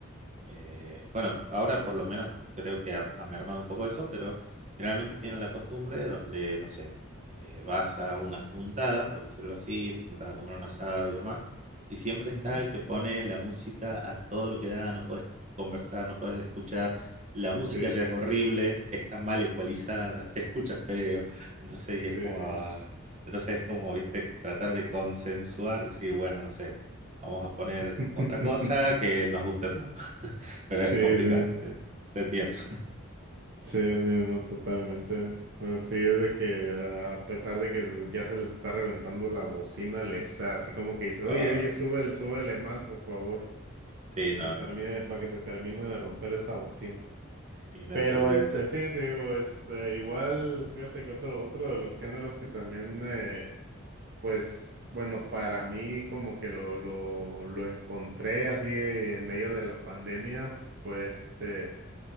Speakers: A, on the right; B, on the right.
A: eh, bueno, ahora por lo menos creo que ha, ha mermado un poco eso, pero generalmente tienen la costumbre donde, no sé, eh, vas a una juntada, por decirlo así, te juntas a comer un asado y demás, y siempre está
B: ujú.
A: el que pone la música a todo lo que da, no puedes conversar, no puedes escuchar, la música
B: Sí,
A: ya
B: sí,
A: es horrible,
B: sí.
A: está mal ecualizada, se escucha feo, <laughs> entonces y
B: Sí.
A: es como, ah, entonces es como, viste, tratar de consensuar, decir, bueno, no sé, vamos a poner
B: <laughs>
A: otra cosa que nos guste a todos. <laughs> pero
B: Sí,
A: es complicado,
B: sí.
A: sí, te entiendo.
B: Sí, sí, no, totalmente. Así es de que ah, a pesar de que se- ya se les está reventando la bocina, les está así como que dice, oye,
A: Ah,
B: oye, súbele, súbele más, por favor,
A: sí,
B: para que
A: no,
B: se termine,
A: no, no,
B: para que se termine de romper esa bocina.
A: inentendible.
B: Pero este, sí, te digo, este, igual, fíjate que otro, otro de los géneros que también, eh, pues, bueno, para mí como que lo, lo, lo encontré así en medio de la pandemia, fue este,